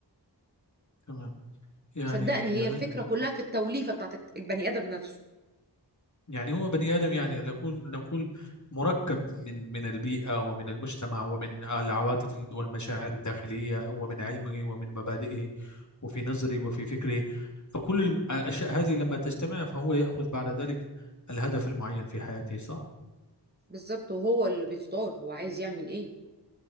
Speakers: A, on the left; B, on the right.
A: تمام يعني
B: صدقني هي الفكرة كلها في التوليفة بتاعت البني ادم نفسه
A: يعني هو بني آدم يعني نقول نقول مركب من من البيئة ومن المجتمع ومن العواطف والمشاعر الداخلية ومن علمه ومن مبادئه وفي نظره وفي فكره فكل الم- الأشياء هذه لما تجتمع فهو يأخذ بعد ذلك الهدف المعين في حياته صح؟
B: بالظبط وهو اللي بيختار هو عايز يعمل ايه